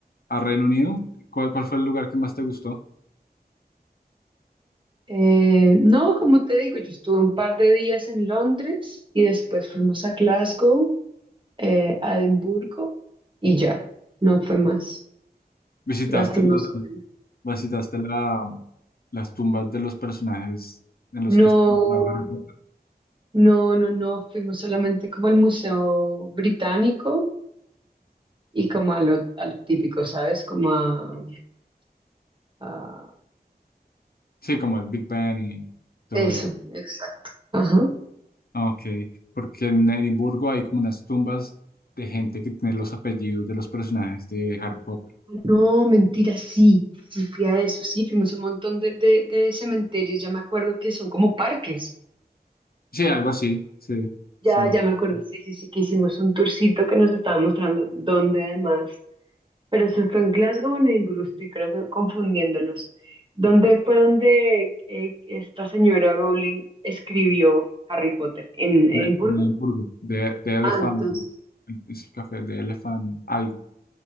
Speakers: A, on the left (about 65°); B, on the right (about 30°).
A: a Reino Unido. ¿Cuál, cuál fue el lugar que más te gustó?
B: Eh, no, como te digo, yo estuve un par de días en Londres y después fuimos a Glasgow, eh, a Edimburgo y ya, no fue más,
A: ¿Visitaste
B: lastimosamente.
A: la, visitaste la, las tumbas de los personajes en los
B: No,
A: que estaban trabajando?
B: no, no, no, fuimos solamente como al Museo Británico y como a lo, a lo típico, ¿sabes? Como a, a-
A: Sí, como el Big Ben y todo
B: eso,
A: eso.
B: exacto. Ajá.
A: Ah, Ok, porque en Edimburgo hay como unas tumbas de gente que tiene los apellidos de los personajes de Harry Potter.
B: No, mentira, sí, sí fui a eso, sí, fuimos a un montón de, de de cementerios, ya me acuerdo que son como parques.
A: Sí, algo así, sí.
B: Ya,
A: So,
B: ya me acuerdo, sí, sí, sí, que hicimos un tourcito que nos estaba mostrando dónde además, pero eso fue en Glasgow o en Edimburgo, estoy creo que confundiéndolos. ¿Dónde fue donde eh, esta señora Rowling escribió Harry Potter? ¿En Edimburgo?
A: en en Edimburgo, de, de Elephant,
B: Ah, entonces.
A: es el café de Elephant algo.